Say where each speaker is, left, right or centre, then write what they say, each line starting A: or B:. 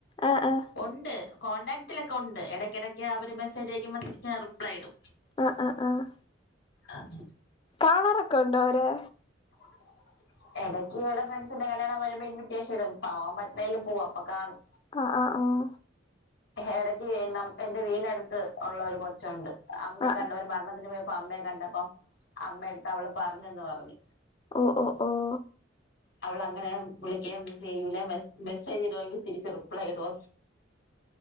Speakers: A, on the left; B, on the left.
A: ആ ആ
B: ഉണ്ട് കോണ്ടടാക്റ്റിലൊക്കെ ഉണ്ട് ഇടയ്ക്കിടയ്ക്ക് അവര് മെസ്സേജ് അയക്കുമ്പോൾ തിരിച്ച് റിപ്ലൈ ഇടും
A: ആഹ് ആഹ് ആഹ്
B: ആഹ്
A: കാണറൊക്കെ ഉണ്ടോ അവരെ
B: <inaudible> ഇടയ്ക്ക് വല്ല ഫ്രണ്ട്സിന്റെ കല്യാണം വരുമ്പോ ഇൻവൈറ്റേഷൻ ഇടും പോവാൻ പറ്റുന്നതില് പോവും അപ്പൊ കാണും
A: ആഹ് ആഹ് ആഹ്
B: ഇടക്ക് എന്റെ വീടിനടുത്ത് ഉള്ള ഒരു കൊ ണ്ട് അമ്മയെ
A: ആ
B: കണ്ട് ഒരു മരണത്തിന് പോയപ്പോ അമ്മയെ കണ്ടപ്പോം അമ്മ എടുത്ത് അവള് പറഞ്ഞന്ന് പറഞ്ഞ്
A: ഓഹ് ഓഹ് ഓഹ്
B: അവളങ്ങനെ വിളിക്കുന്നും ചെയ്യൂല മെസ്സേജ് ഇടുെങ്കിൽ തിരിച്ച് റിപ്ലൈ ഇടോ